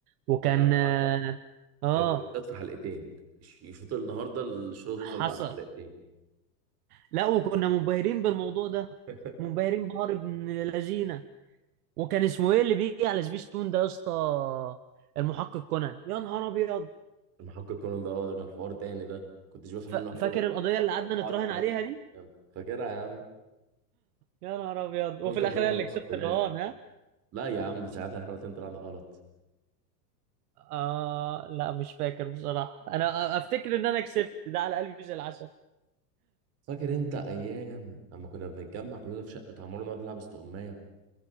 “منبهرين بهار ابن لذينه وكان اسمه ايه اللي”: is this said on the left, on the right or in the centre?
Right